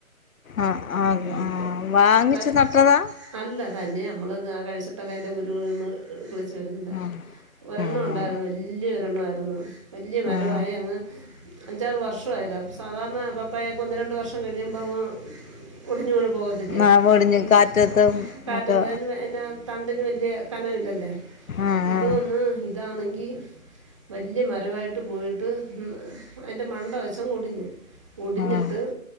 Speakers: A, on the left; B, on the right.
A: ആഹ് ആ
B: ഉം
A: ആ
B: ഇപ്പോ
A: വാങ്ങിച്ചു
B: വ
A: നട്ടതാ
B: അല്ല തന്നെ ആ കഴിച്ചിട്ടൊക്കെ അതിൻ്റെ കുരു വീണ് കിളിച്ച് <unintelligible>
A: ആഹ്
B: ഒരെണ്ണം
A: ആഹ്
B: ഉണ്ടായിരുന്നു വല്യ രണ്ണമായിരുന്നു വലിയ മരമായി
A: ആഹ്
B: അങ്ങ് അഞ്ചാറ് വർഷമായതാ സാധാരണ പപ്പായക്കൊന്ന് രണ്ട് വർഷം കഴിയുമ്പം അങ്ങ് ഒടിഞ്ഞ് വീണ് പോകത്തില്ലേ
A: ആഹ് ഒടിഞ്ഞ്
B: ഇ
A: കാറ്റത്തും
B: കാറ്റത്ത്
A: ഒക്കെ
B: അതിന് എന്നാ തണ്ടിന് വല്യ കനമില്ലല്ലേ
A: ആഹ്
B: ഇത്
A: ആഹ്
B: ഒന്ന് ഇതാന്നെങ്കി വല്യ മ വരവായിട്ട് പോയിട്ട് അയിൻ്റെ മണ്ട വെച്ചങ്ങ് ഒടിഞ്ഞ് ഒടിഞ്ഞിട്ട്
A: ആഹ്